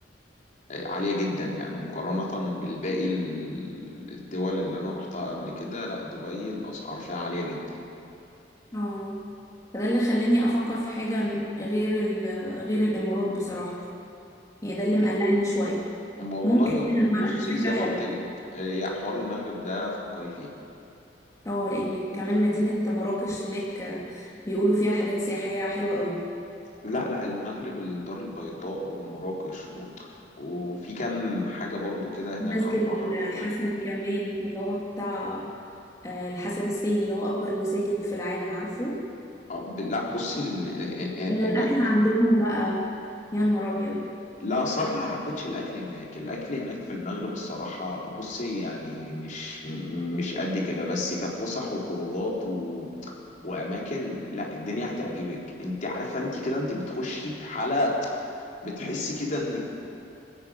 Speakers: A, on the left; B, on the left.
A: عالية جدا يعني مقارنة بالباقي ال- الدول اللي أنا رحتها قبل كده لا دبي الأسعار فيها عالية جدا
B: اه فده اللي خلاني افكر في حاجة غير ال- غير الامارات بصراحة يعني ده اللي مقلقني شوية
A: والله
B: ممكن المغرب
A: بصي
B: فكرة
A: زي
B: حلوة
A: ما قلت لك يا حوار المغرب ده فكري فيه
B: اه لان كمان مدينة مراكش هناك آه، بيقولوا فيها حاجات سياحية حلوة قوي
A: لا لا المغرب الدار البيضاء ومراكش و... وفي كام حاجة برضو كده هناك
B: مسجد
A: على البحر
B: الحسن
A: برضو
B: كمان اللي هو بتاع آه، الحسن الثاني اللي هو اكبر المساجد في العالم عارفه
A: آه، ب- لا بصي ال... آه، آه،
B: ولا
A: آه،
B: الاكل
A: هناك
B: عندهم بقى يا نهار ابيض
A: لا الصراحة ما حبيتش الأكل هناك الأكل هناك في المغرب الصراحة بصي يعني مش م- مش قد كده بس كفسح وخروجات و... وأماكن لا الدنيا هتعجبك أنت عارفة أنت كده أنت بتخشي في حالة بتحسي كده انك